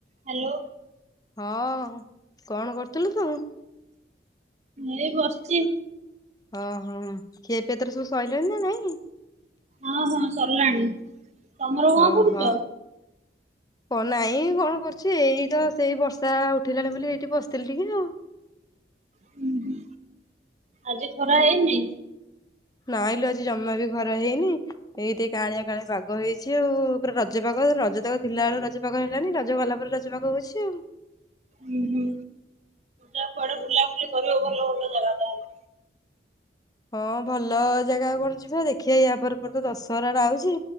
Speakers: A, on the right; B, on the left.
A: Hello.
B: ହଁ କଣ କରୁଥିଲୁ ତୁ?
A: ଏ ବସିଛି।
B: ଓହୋ ଖିଏ ପି ତର ସବୁ ସରିଲଣି ନା ନାଇଁ?
A: ହଁ ହଁ ସରିଲାଣି। ତମର କଣ
B: ହଁ
A: କରୁଛ?
B: ହଁ। କ ନାଇଁ କଣ କରୁଛି ଏଇ ତ ସେଇ ବର୍ଷା ଉଠିଲାଣି ବୋଲି ଏଇଠି ବସିଥିଲି ଟିକେ ଆଉ।
A: ହୁଁ ହୁଁ ଆଜି ଖରା ହେଇନି?
B: ନଇଁ ଲୋ ଆଜି ଜମା ବି ଖରା ହେଇନି। ଏଇଠି କାଁଳିଆ କାଁଳିଆ ପାଗ ହେଇଛି ଆଉ ପୁରା ରଜପାଗ ରଜ ଥିଲା ବେଳେ ରଜ ରଜ ପାଗ ହେଲାନି ରଜ ଗଲା ପରେ ରଜ ପାଗ ହଉଛି ଆଉ।
A: ହୁଁ ହୁଁ ଯା କୁଆଡେ ବୁଲାବୁଲି କରିବ ଭଲ ଭଲ ଜାଗା ତାହେଲେ।
B: ହଁ ଭଲ ଜାଗା କଣ ଯିବା ଦେଖିବା ୟା ପରେ ପରେ ତ ଦଶହରା ଆଉଛି।